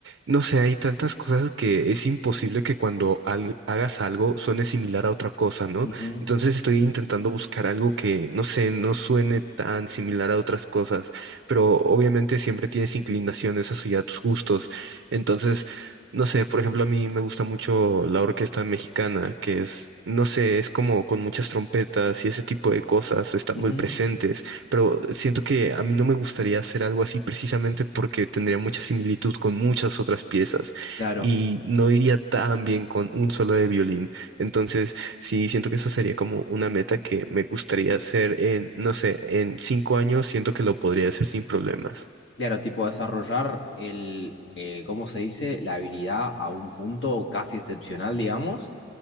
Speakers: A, on the right; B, on the left.
A: no sé, hay tantas cosas que es imposible que cuando al- hagas algo suene similar a otra cosa, ¿no?
B: ujú,
A: Entonces estoy intentando buscar algo que, no sé, no suene tan similar a otras cosas, pero obviamente siempre tienes inclinaciones hacia tus gustos. Entonces, no sé, por ejemplo, a mí me gusta mucho la orquesta mexicana, que es, no sé, es como con muchas trompetas y ese tipo de cosas están
B: ujú,
A: muy presentes pero siento que a mí no me gustaría hacer algo así precisamente porque tendría mucha similitud con muchas otras piezas
B: Claro,
A: y no iría tan bien con un solo de violín. Entonces, sí, siento que eso sería como una meta que me gustaría hacer en, no sé, en cinco años, siento que lo podría hacer sin problemas.
B: claro, tipo desarrollar el, eh, ¿cómo se dice? La habilidad a un punto casi excepcional, digamos,